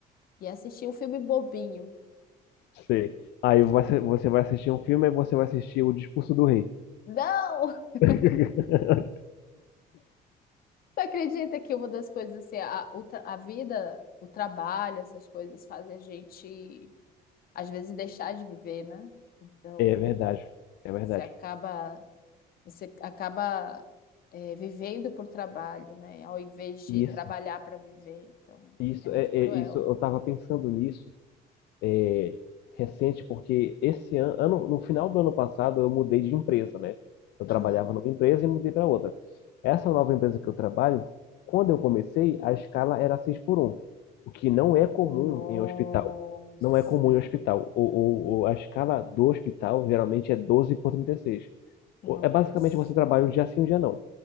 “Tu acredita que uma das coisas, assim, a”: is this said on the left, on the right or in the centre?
Left